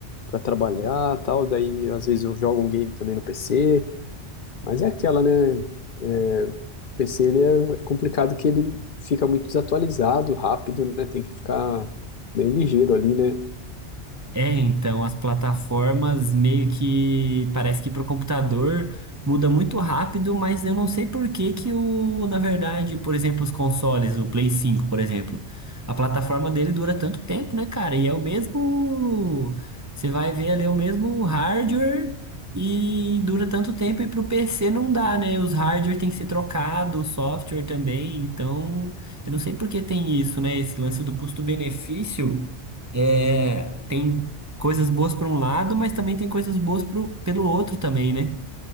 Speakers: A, on the left (about 55°); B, on the right (about 25°).
A: pra trabalhar e tal. Daí às vezes eu jogo um game também no PC. Mas é aquela, né? É, o PC ele é, é complicado que ele fica muito desatualizado rápido, né? Tem que ficar bem ligeiro ali, né?
B: É, então, as plataformas meio que parece que para o computador muda muito rápido, mas eu não sei por que que o, na verdade, por exemplo, os consoles, o Play 5, por exemplo, a plataforma dele dura tanto tempo, né, cara? E é o mesmo, você vai ver ali o mesmo hardware e dura tanto tempo e para o PC não dá, né? Os hardware tem que ser trocado, o software também, então, eu não sei por que tem isso, né? Esse lance do custo-benefício é, tem coisas boas para um lado, mas também tem coisas boas pro, pelo outro também, né?